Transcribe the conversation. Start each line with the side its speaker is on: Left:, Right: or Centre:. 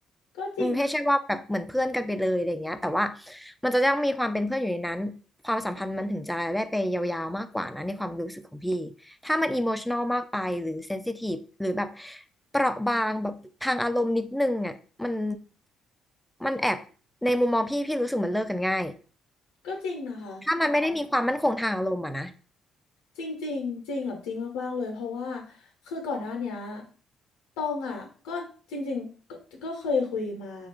Left: ก็จริงนะ
Centre: อืมให้ใช่ว่าแบบเหมือนเพื่อนกันไปเลยอะไรอย่างเงี้ยแต่ว่ามันจะต้องมีความเป็นเพื่อนอยู่ในนั้นความสัมพันธ์มันถึงจะได้ไปยาวๆมากกว่านะในความรู้สึกของพี่ถ้ามันอิโมชัน a ลมากไปหรือเซนซิทีฟหรือแบบเปราะบางแบบทางอารมณ์นิดนึงอ่ะมันมันแอบในมุมมองพี่พี่รู้สึกมันเลิกกันง่าย
Left: ก็จริงนะคะ
Centre: ถ้ามันไม่ได้มีความมั่นคงทางอารมณ์อ่ะนะ
Left: จริงจริงจริงแบบจริงมากๆเลยเพราะว่าคือก่อนหน้าเนี้ยตองอ่ะก็จริงๆก็ก็เคยคุยมา